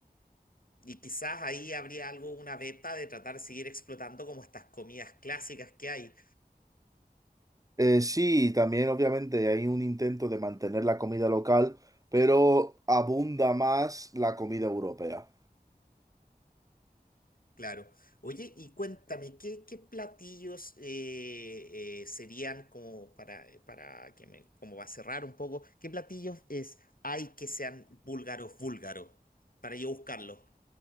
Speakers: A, on the left; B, on the right.
A: Y quizás ahí habría algo, una beta de tratar de seguir explotando como estas comidas clásicas que hay.
B: Eh, sí, también obviamente hay un intento de mantener la comida local, pero abunda más la comida europea.
A: Claro. Oye, y cuéntame, ¿qué, qué platillos eh, eh, serían como para, para que me, como va a cerrar un poco, qué platillos es, hay que sean búlgaros, búlgaros, para yo buscarlos?